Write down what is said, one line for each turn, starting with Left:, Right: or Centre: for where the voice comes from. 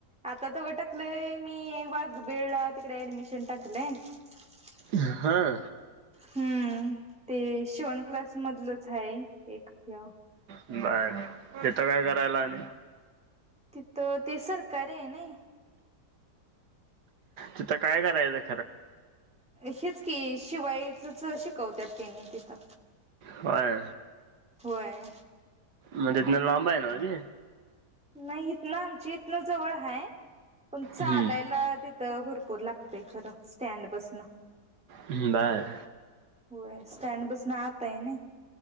Centre: आता तरव टाकलंय मी वाघबेळला तिकडे ऍडमिशन टाकलंय. <unintelligible>
Right: हां.
Centre: हम्म ते शीवण क्लास मधलच हाय एक त्य,
Right: बंर तिथं काय करायला आणि?
Centre: तिथं ते सरकारी हायनी,
Right: तिथं काय करायचंय?
Centre: हीच की शिवायचच शिकवत्यात तेनी तितं.
Right: होय.
Centre: होय.
Right: म तीत्न लांबायना जे?
Centre: नाही इथनं आमच्या इथनं जवळ हाय पन चालायला
Right: हम्म
Centre: तिथं भरपूर लागतंय खरं स्टँड पसन.
Right: बंर.
Centre: होय स्टँड पसन आताय नई.